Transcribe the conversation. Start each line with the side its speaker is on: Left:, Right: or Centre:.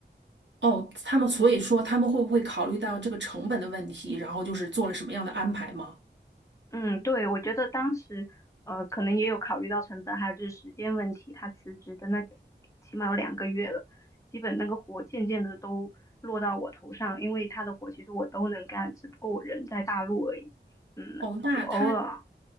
Right: 哦，他们所以说他们会不会考虑到这个成本的问题，然后就是做了什么样的安排吗？
Left: 嗯，对，我觉得当时呃，可能也有考虑到成本，还有就是时间问题。他辞职的那个起码有两个月了，基本那个活渐渐的都落到我头上，因为他的活其实我都能干，只不过我人在大陆而已。嗯，
Right: 哦，那他，
Left: 我偶尔，